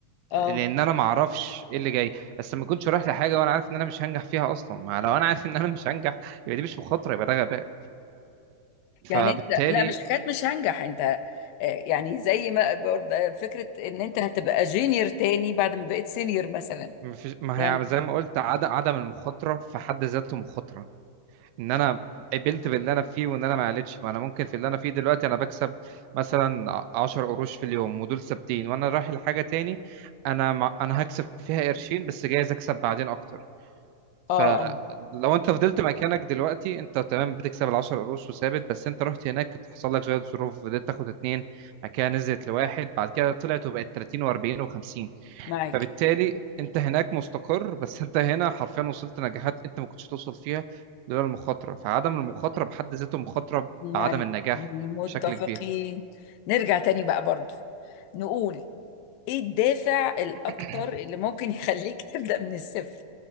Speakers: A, on the left; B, on the right.
A: اه
B: لأن أنا ما أعرفش إيه اللي جاي بس ما كنتش رايح لحاجة وأنا عارف إن أنا مش هنجح فيها أصلا ما لو أنا عارف إن أنا مش هنجح يبقى دي مش مخاطرة يبقى ده غباء فبالتالي
A: يعني انت لا مش حكايه مش هنجح انت آه، يعني زي ما برضه فكره ان انت هتبقى جونيور تاني بعد ما بقيت سينيور مثلا
B: ما فيش ما
A: يعني
B: هي زي ما قلت عد- عدم المخاطرة في حد ذاته مخاطرة ان انا قبلت باللي انا فيه وان انا ما قلتش ما انا ممكن في اللي انا فيه دلوقتي انا بكسب مثلا 10 قروش في اليوم ودول ثابتين وانا رايح لحاجه تاني انا مع... انا هكسب فيها قرشين بس جايز اكسب بعدين اكتر
A: اه
B: فلو
A: اه
B: انت فضلت مكانك دلوقتي انت تمام بتكسب ال 10 قروش وثابت بس انت رحت هناك حصل لك شويه ظروف فضلت تاخد اتنين بعد كده نزلت لواحد بعد كده طلعت وبقت 30 و40 و50
A: معاك
B: فبالتالي انت هناك مستقر بس انت هنا حرفيا وصلت نجاحات انت ما كنتش توصل فيها لولا المخاطره فعدم المخاطره بحد ذاته مخاطره
A: معاك
B: بعدم النجاح
A: متفقين
B: بشكل كبير
A: نرجع تاني بقى برضو نقول ايه الدافع الاكتر
B: <clears throat>
A: اللي ممكن يخليك <laughs> تبدأ من الصفر